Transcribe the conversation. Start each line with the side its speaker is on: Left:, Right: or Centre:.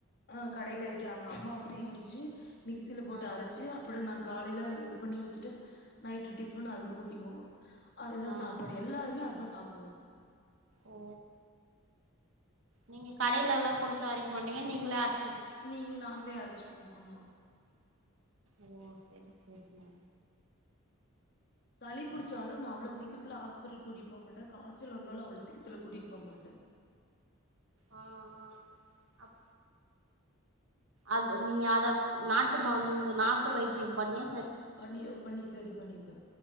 Left: ஆ கடையில விக்கறாங்க அம்மா வந்து இடிச்சு மிக்சில போட்டு
Right: ஆ
Left: அரைச்சு அப்புற ந காலைல இது பண்ணி வச்சுட்டு நைட்டு டிஃபன் அதுக்கு ஊத்திக்குவோ அதுதா
Right: ஆ
Left: சாப்பாடு எல்லாருமே அதா சாப்புடுவோ
Right: ஓ நீங்க கடையில எல்லா குடுத்து அரைக்க மாட்டீங்க நீங்களே அரச்சு
Left: நீங்க நாங்ளே அரச்சுக்குவோ ஓ ஆமா
Right: ஓ சரி சரிங்க
Left: சளி புடிச்சாலு நா அவ்வள சீக்கிரத்துல ஹாஸ்பிட்டல் கூட்டிட்டு போகமாட்டே காய்ச்சல் வந்தாலு அவ்வளவு சீக்கிரத்துல கூட்டிட்டு போ மாட்டே
Right: ஆ ஆ அப் அது நீங்க அத நாட்டு மருந்து நாட்டு வைத்தியம் பண்ணி
Left: பண்ணி பண்ணி சரி பண்ணிருவே